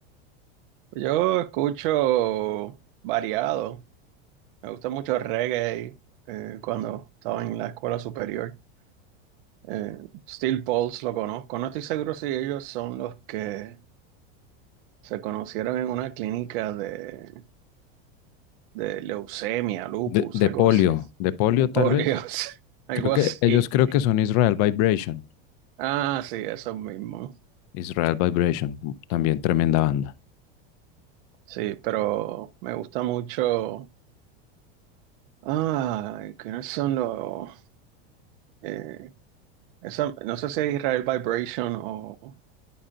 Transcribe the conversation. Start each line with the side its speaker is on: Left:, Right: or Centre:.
Right: Yo escucho variado. Me gusta mucho el reggae eh, cuando estaba en la escuela superior. Eh, Steel Pulse lo conozco. No estoy seguro si ellos son los que se conocieron en una clínica de, de leucemia, lupus,
Left: De, de
Right: algo
Left: polio,
Right: así.
Left: de polio
Right: El polio,
Left: tal vez.
Right: <laughs> algo
Left: Creo
Right: así.
Left: que ellos creo que son Israel Vibration.
Right: Ah, sí, eso mismo.
Left: Israel Vibration, también tremenda banda.
Right: Sí, pero me gusta mucho. Ah, ¿quiénes son los? eh, esa- no sé si es Israel Vibration o,